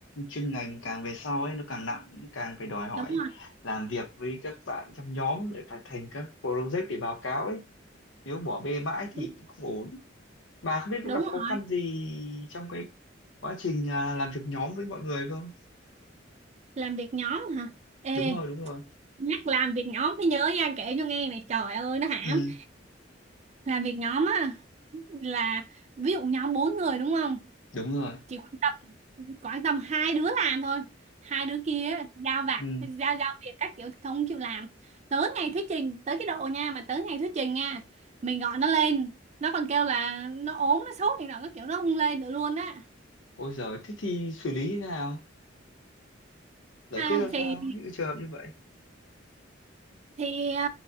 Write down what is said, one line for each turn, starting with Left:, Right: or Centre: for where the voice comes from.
Left: chuyên ngành càng về sau ấy nó càng nặng càng phải đòi hỏi
Right: đúng rồi
Left: làm việc với các bạn trong nhóm để phải thành các project để báo cáo ấy nếu bỏ bê mãi thì
Right: đúng,
Left: cũng không ổn bà không biết
Right: đúng
Left: có gặp
Right: rồi
Left: khó khăn gì trong cái quá trình à, làm việc nhóm với mọi người không
Right: làm việc nhóm hả ê
Left: đúng rồi đúng rồi
Right: nhắc làm việc nhóm mới nhớ nha kể cho nghe này trời ơi nó hãm
Left: ừ
Right: làm việc nhóm á là ví dụ nhóm bốn người đúng không
Left: đúng rồi
Right: chỉ quan tâm quan tâm hai đứa làm thôi hai đứa kia á, giao vặt
Left: ừ
Right: giao giao việc các kiểu thì không chịu làm tới ngày thuyết trình tới cái độ nha mà tới ngày thuyết trình nha mình gọi nó lên nó còn kêu là nó ốm nó sốt thì nào các kiểu nó không lên được luôn á
Left: ôi giời thế thì xử lý như thế nào giải
Right: à,
Left: quyết ra sao
Right: thì
Left: những cái trường hợp như vậy
Right: thì ờ,